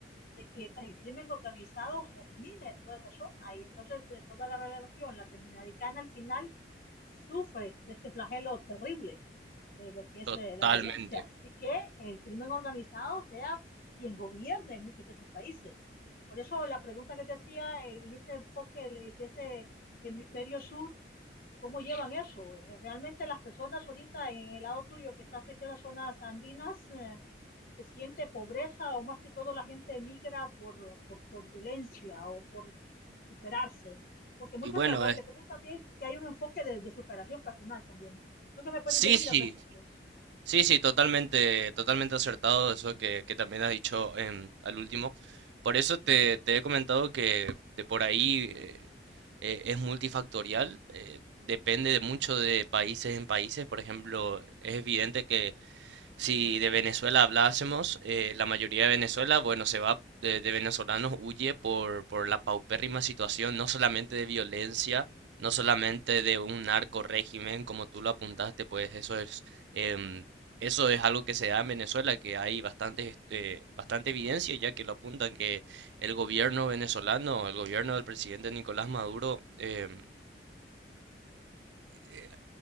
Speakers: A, on the left; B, on the right.
A: de que el crimen organizado germine en toda esa zona y entonces toda la relación latinoamericana al final sufre de este flagelo terrible de lo que es
B: Totalmente.
A: eh, la violencia y que el crimen organizado sea quien gobierne en muchos de estos países. Por eso la pregunta que te hacía eh, en este enfoque, de de ese hemisferio sur, ¿cómo llevan eso? Eh, Realmente las personas ahorita en el lado tuyo que está cerca de las zonas andinas, eh, ¿se siente pobreza o más que todo la gente migra por, por, por violencia o por superarse? Porque muchas
B: Y bueno,
A: te recuerdo
B: es-
A: también que hay un enfoque de, de superación personal también. ¿Tú qué me puedes
B: sí,
A: decir
B: sí,
A: al respecto?
B: sí, sí, totalmente, totalmente acertado eso que, que también has dicho em, al último. Por eso te, te he comentado que de por ahí eh, eh, es multifactorial, eh, depende de mucho de países en países. Por ejemplo, es evidente que Si de Venezuela hablásemos, eh, la mayoría de Venezuela, bueno, se va de, de venezolanos, huye por, por la paupérrima situación, no solamente de violencia, no solamente de un narco régimen, como tú lo apuntaste, pues eso es, em, eso es algo que se da en Venezuela, que hay bastante, este, bastante evidencia, ya que lo apuntan que el gobierno venezolano, el gobierno del presidente Nicolás Maduro, em, eh,